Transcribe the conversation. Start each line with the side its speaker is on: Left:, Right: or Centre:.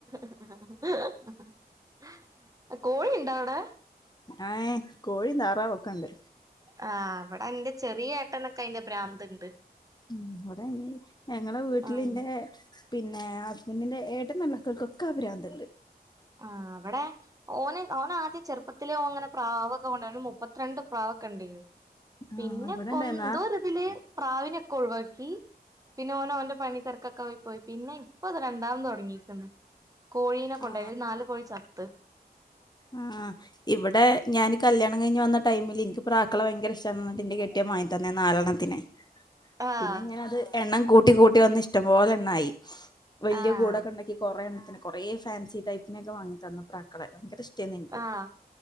Right: <unintelligible> കോഴിണ്ടോ അവിടെ
Left: ആ കോഴിയും താറാവും ഒക്കെയുണ്ട്
Right: ആഹ് അവിടെ എന്റെ ചെറിയ ഏട്ടനൊക്കെ അയിന്റെ ഭ്രാന്ത് ഉണ്ട്
Left: ഉ ഇവിടെ ഇ ഞങ്ങളെ വീട്ടിലിന്റെ
Right: ആഹ്
Left: പിന്നെ ഹസ്ബന്റിന്റെ ഏട്ട നല്ലാത്തവർക്കൊക്കെ ആ ഭ്രാന്ത്.
Right: ആ അവടെ. ഓന് ഓന ആദ്യം ചെറുപ്പത്തിലെ ഓൻ ങ്ങനെ പ്രാവൊക്കെ കൊണ്ടാണ്ട് മുപ്പത്തിരണ്ട് പ്രാവ്ക്കെണ്ടേനി പിന്നെ
Left: ആ ഇവിടെണ്ടായിന്ന
Right: കൊ ന്തോ ര് ഇതില് പ്രാവിനൊക്കെ ഒഴിവാക്കി പിന്നെ ഓന ഓന്റെ പണി തിരക്കൊക്കെ പോയി പോയി പിന്നെ ഇപ്പൊ അത് രണ്ടാമത് തുടങ്ങിക്ക്ണ്. കോഴീനെ ക്കെണ്ടായി
Left: ആ
Right: ഒരു നാല് കോഴി ചത്ത്.
Left: ആ ഇവിടെ ഞാൻ കല്യാണം കഴിഞ്ഞ് വന്ന ടൈമില് എനിക്ക് പ്രാക്കളെ ഭയങ്കര ഇഷ്ട. കെട്ടിയൻ വ <unintelligible> നാലണ്ണത്തിനെ
Right: ആഹ്
Left: പിന്നെ ഇങ്ങനെ അത് എണ്ണം കൂട്ടി കൂട്ടി വന്ന് ഇഷ്ടം പോലെ എണ്ണായി വലിയ
Right: ആഹ്
Left: കൂടൊക്കെ ഉണ്ടാക്കി കുറെ എണ്ണത്തിന് കുറെ ഫാൻസി ടൈപ്പിനെൊക്കെ വാങ്ങി തന്നു പ്ര ക്കളെ ഭയങ്കര ഇഷ്ടം. നിനക്ക്
Right: ആഹ്